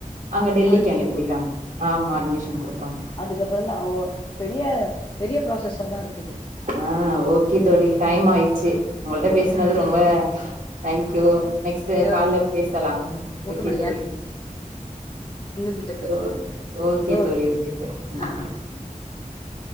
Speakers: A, on the right (about 65°); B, on the left (about 35°).
A: அங்க டெல்லிக்கு
B: அட்மிஷன்
A: அனுப்பிறாங்க ஆமா அட்மிஷன் குடுப்பாங்க
B: அதுக்கப்றோந்தா ஓ பெரிய பெரிய ப்ராசஸ்சா தா இருக்குது
A: ஆ ஓகே தோழி டைம் ஆய்ச்சி உங்கள்ட்ட பேசுனது ரொம்ப
B: சரி
A: தேங்க்யூ நெக்ஸ்ட் கால்ல
B: ஓகேமா
A: பேசலா
B: ஓகேமா
A: ஓகே தோழி
B: கிட்ட பேசுனதுக்கு
A: ஓ ஓகே
B: ஓகேமா
A: தோழி ஓகே தோழி ம்
B: ஆ